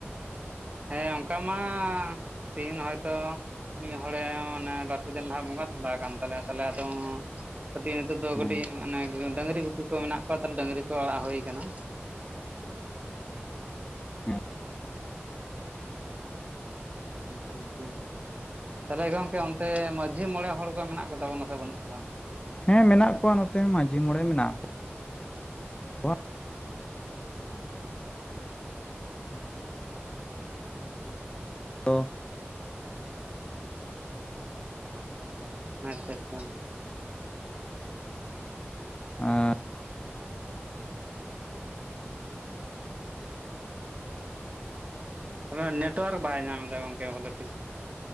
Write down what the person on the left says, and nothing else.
ᱦᱮᱸ
ᱦᱮᱸ
ᱦᱮᱸ ᱢᱮᱱᱟᱜ ᱠᱚᱣᱟ ᱱᱚᱛᱮ ᱢᱟᱺᱡᱷᱤ ᱢᱚᱸᱬᱮ ᱢᱮᱱᱟᱜ ᱠᱚᱣᱟ ᱾ <inaudible> <inaudible>
ᱟᱸᱻ